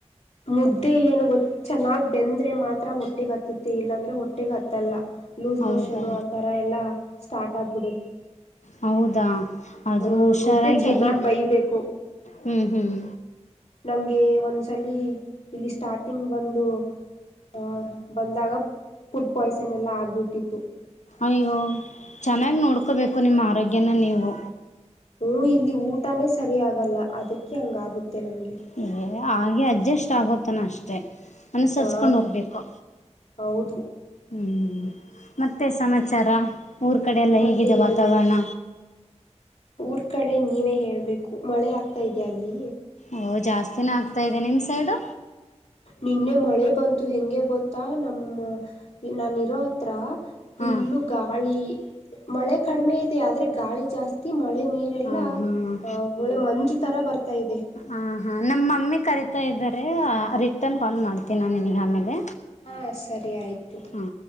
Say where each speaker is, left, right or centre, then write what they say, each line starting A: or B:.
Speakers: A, on the left; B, on the left.
A: ಮುದ್ದೆ ಏನು ಗೊತ್ ಚೆನ್ನಾಗ್ ಬೆಂದ್ರೆ ಮಾತ್ರ ಹೊಟ್ಟಿಗ್ ಹತ್ತುತ್ತೆ ಇಲ್ಲಾಂದ್ರೆ ಹೊಟ್ಟಿಗೆ ಹತ್ತಲ್ಲ. ಲೂಸ್
B: ಹೌದಾ
A: ಮೋಷನ್ನು ಆತರ ಎಲ್ಲಾ ಸ್ಟಾರ್ಟ್ ಆಗ್ಬಿಡುತ್ತೆ.
B: ಹೌದಾ ಆದ್ರೂ
A: ಹ್ಮ್
B: ಹುಷಾರಾಗಿರಿ
A: ಮುದ್ದೆ ಚೆನ್ನಾಗ್ ಬೈಬೇಕು
B: ಹ್ಮ್ ಹ್ಮ್
A: ನಂಗೆ ಒಂದ್ಸಲಿ ಇಲ್ಲಿ ಸ್ಟಾರ್ಟಿಂಗ್ ಬಂದು. ಆ ಬಂದಾಗ ಪುಡ್ ಪಾಯ್ಸನ್ ಎಲ್ಲಾ ಆಗ್ಬಿಟ್ಟಿತ್ತು.
B: ಅಯ್ಯೋ ಚೆನ್ನಾಗಿ ನೋಡ್ಕೋಬೇಕು ನಿಮ್ಮ ಆರೋಗ್ಯನ ನೀವು.
A: ಹೂ ಇಲ್ಲಿ ಊಟಾನೇ ಸರಿ ಆಗಲ್ಲ ಅದಕ್ಕೆ ಅಂಗಾಗುತ್ತೆ ನಮ್ಗೆ.
B: ಹೆ ಹಾಗೆ ಅಡ್ಜಸ್ಟ್ ಆಗೊತ್ತನ ಅಷ್ಟೇ. ಅನುಸರಿಸ್ಕೊಂಡ್
A: ಹಾ
B: ಹೋಗ್ಬೇಕು.
A: ಹೌದು
B: ಹ್ಮ್ ಮತ್ತೆ ಸಮಾಚಾರ ಊರ ಕಡೆ ಎಲ್ಲಾ
A: ಮತ್ತೆ
B: ಹೇಗಿದೆ
A: ಹೇಳ್ಬೇಕು
B: ವಾತಾವರಣ.
A: ಊರ್ ಕಡೆ ನೀವೇ ಹೇಳಬೇಕು ಮಳೆ ಆಗ್ತಾ ಇದಿಯಾ ಅಲ್ಲಿ.
B: ಓ ಜಾಸ್ತಿನೆ ಆಗ್ತಾ ಇದೆ ನಿಮ್ಮ ಸೈಡು
A: ನಿನ್ನೆ ಮಳೆ ಬಂತು ಹೆಂಗೆ ಗೊತ್ತಾ ನಮ್ಮ್ ನಾನಿರೋಹತ್ರ ಪುಲ್ಲು
B: ಹಾಂ
A: ಗಾಳಿ ಮಳೆ ಕಡಿಮೆ ಇದೆ ಆದ್ರೆ ಗಾಳಿ- ಜಾಸ್ತಿ ಮಳೆ ನೀರೆಲ್ಲಾ
B: ಹಾಂ ಹಾಂ
A: ಅ ಒಳ್ಳೆ ಮಂಜು ತರ ಬರ್ತಾ ಇದೆ.
B: ಹಾ ಹಾ ನಮ್ಮ ಮಮ್ಮಿ ಕರೀತಾ ಇದ್ದಾರೆ ರಿಟರ್ನ್ ಕಾಲ್ ಮಾಡ್ತೀನಿ ನಾನು ನಿನಗೆ ಆಮೇಲೆ.
A: ಹಾ ಸರಿ ಆಯ್ತು.
B: ಹಾ